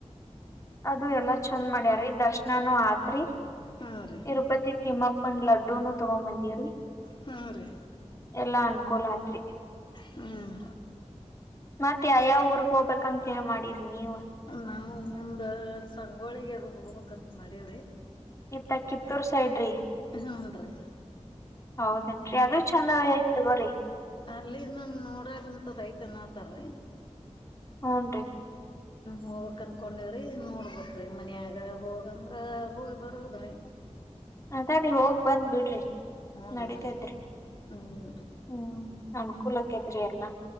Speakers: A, on the left; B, on the left.
A: ಅದು ಎಲ್ಲಾ ಚಂದ ಮಾಡ್ಯಾರೀ ದರ್ಶನಾನು ಆತ್ರಿ
B: ಹಾ ರೀ
A: ಇರುಪತಿ ತಿಮಪ ಲಡಡ್ಡು ನ ತಗೊಂಬಂದಿರಿ
B: ಹಾ ರೀ
A: ಎಲ್ಲಾ ಅನುಕೂಲ ಆತ್
B: ಹ್ಮ್
A: ಮತ್ತೆ ಯಾವ ಊರ್ಗ್ ಹೋಗ್ಬೇಕಂತ ಮಾಡಿ್ರಿ ನೀವು
B: ನಾವು ಮುಂದೆ ಸಂಗೋಳಿಗೆದಾಗ ಹೋಗ್ಬೇಕಂತ ಮಾಡೀವ್ರಿ
A: ಇತ್ತ ಕಿತ್ತೂರ್ ಸೈಡ್್ರಿ
B: ಹಾನ್ ರೀ
A: ಹೌದೇನ್ರಿ ಅದು ಚಂದ ತಗೋ್ರಿ
B: ಅಲ್ಲಿನ್ನು ನೋಡಕಂತದ ಐತೆಏನ್ತಾರರಿ
A: ಹ್ನ್ ರೀ <inaudible>
B: ಹೋಗ್ಕ್ ಅನ್ಕೊಂಡೇವ್ರಿ ನೋಡ್ಬೇಕ್ರಿ ಮನ್ಯಾಗ ಹೋಗಂದ್ರ ಹೋಗಿ ಬರೋದ್ರಿ
A: ಅದೇ ರೀ ಹೋಗ್ ಬಂದ್ ಬಿಡ್ರಿ
B: ಹನ್ರಿ
A: ನಡತೇತ್ರಿ
B: ಹ್ಮ್
A: ಹ್ಮ್ ಅನ್ಕೂಲಕ್ಕೇತ್ರಿ ಎಲ್ಲಾ